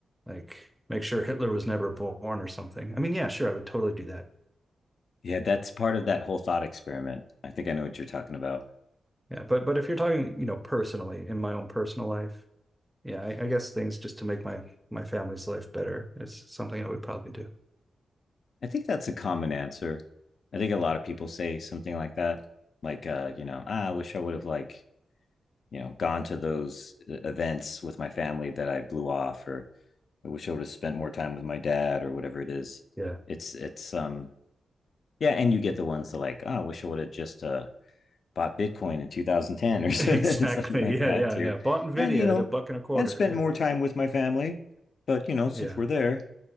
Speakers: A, in the centre; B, on the left.
A: like make sure Hitler was never born or something? I mean, yeah, sure, I would totally do that.
B: yeah, that's part of that whole thought experiment. I think I know what you're talking about.
A: Yeah, but but if you're talking, you know, personally in my own personal life, yeah, I, I guess things just to make my my family's life better is something I would probably do.
B: I think that's a common answer. I think a lot of people say something like that, like uh, you know, ah, I wish I would have like you know gone to those uh, events with my family that I blew off, or I wish I would have spent more time with my dad, or whatever it is.
A: Yeah,
B: It's it's um yeah, and you get the ones that like, oh, I wish I would have just uh bought Bitcoin in 2010
A: <laughs>
B: or <laughs> something
A: exactly.
B: like
A: Yeah,
B: that
A: yeah,
B: too,
A: yeah. Bought Nvidia
B: and you know,
A: at a buck and a quarter.
B: and spent more time with my family. But you know, since
A: Yeah,
B: we're there,